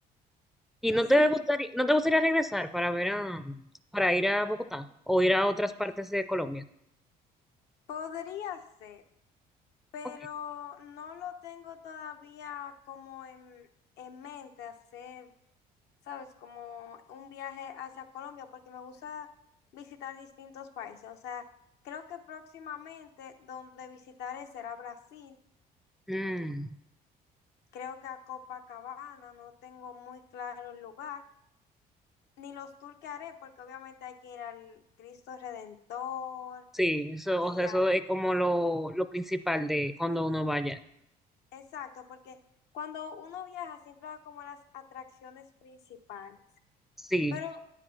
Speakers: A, in the centre; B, on the left.
A: ¿y no
B: sí,
A: te gustaría, no te gustaría regresar para ver a, para ir a Bogotá o ir a otras partes de Colombia?
B: podría ser, pero
A: Ok.
B: no lo tengo todavía como en, en mente hacer ¿sabes? Como un viaje hacia Colombia, porque me gusta visitar distintos países. O sea, creo que próximamente donde visitaré será Brasil.
A: Mm,
B: Creo que a Copacabana no tengo muy claro el lugar, ni los tours que haré, porque obviamente hay que ir al Cristo Redentor
A: sí, eso,
B: y
A: o sea,
B: al...
A: eso es como lo, lo principal de cuando uno vaya.
B: Exacto, porque cuando uno viaja siempre va como a las atracciones principales.
A: Sí.
B: Pero